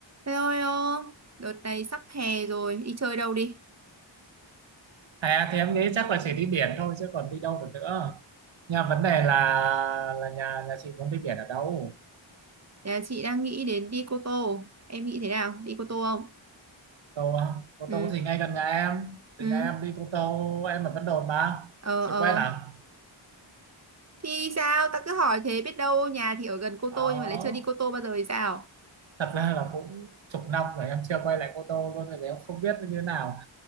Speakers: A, on the right; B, on the right.
A: Thế thôi ô, đợt này sắp hè rồi, đi chơi đâu đi?
B: À thì em nghĩ chắc là chỉ đi biển thôi chứ còn đi đâu được nữa. Nhà vấn đề là là nhà nhà chị muốn đi biển ở đâu?
A: Nhà chị đang nghĩ đến đi Cô Tô, em nghĩ thế nào? Đi Cô Tô không?
B: Tô á? Cô
A: Ừ,
B: Tô thì ngay gần nhà em. Từ
A: ừ,
B: nhà em đi Cô Tô em ở Vân Đồn mà.
A: ờ,
B: Chị
A: ờ.
B: quen à?
A: Thì sao, ta cứ hỏi thế biết đâu nhà thì ở gần Cô
B: Đó.
A: Tô nhưng mà lại chưa đi Cô Tô bao giờ thì sao?
B: Thật ra là cũng chục năm rồi em chưa quay lại Cô Tô luôn rồi em không biết nó như thế nào.